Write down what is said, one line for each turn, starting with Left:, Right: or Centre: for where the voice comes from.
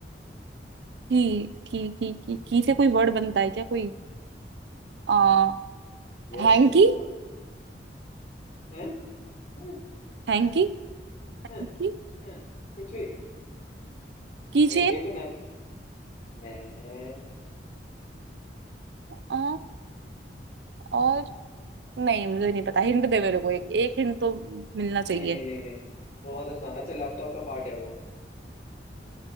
Right: की की की की की से कोई वर्ड बनता है क्या कोई आ,
Left: यस
Right: hanky
Left: बच्चा हैं हैं
Right: Hanky
Left: हैं
Right: Hanky
Left: हैं हैं कुछ भी
Right: Key
Left: हैंगे
Right: chain
Left: को नैप नहीं
Right: आ, और नहीं मुझे नहीं पता हिंट दे मेरे को एक एक हिंट तो मिलना चाहिए
Left: नहीं नहीं नहीं नहीं बहुत आसान अच्छा लैपटॉप का पार्ट है वो